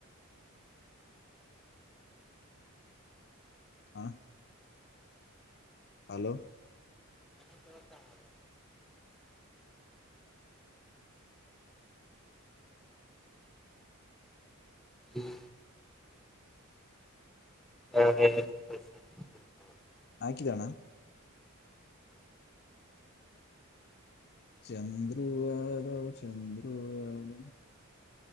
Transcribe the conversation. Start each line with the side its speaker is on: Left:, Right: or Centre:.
Left: ಹಾ ಹಲೋ
Centre: ತ ಹ ಹ
Left: ಹಾಕಿದಣ ಚಂದ್ವಾದ ಚಂದ್ರುವಾದ